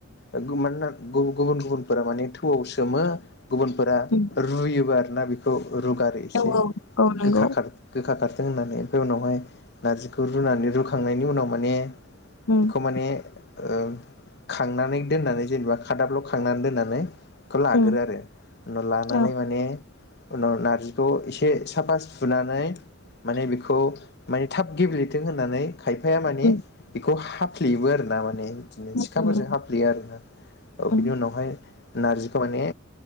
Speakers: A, on the left (about 50°); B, on the left (about 80°).
A: <unintelligible> मानोना गुबुन गुबुन फोरा माने थु फुआव सोमो गुबुनफोरा
B: उम
A: रुयोबो आर <unintelligible> <unintelligible> रुगारो एसे
B: औ औ औ नंगौ
A: गोखा गोखा खार होननानै उनावहाय नारजि रुनानै रुखांनायनि उनाव माने
B: उम
A: बेखौ माने ओ खांनानै दोननानै जेनेबा खादाफ्राव खांनानै दोननानै खौ लाग्रो
B: उम
A: आरो उनाव लानानै
B: औ
A: माने उनाव नारजिखौ एसे साफा सुनानै माने बेखौ माने थाब गेब्लेथों होननानै खायफाया माने
B: उम
A: बेखौ हाब फेयोबो आरोना माने बिदिनो
B: उम
A: सिखाफोरजों
B: उम
A: हाफ्लेयो आरोना औ
B: उम
A: बिनि उनावहाय नारजिखौ माने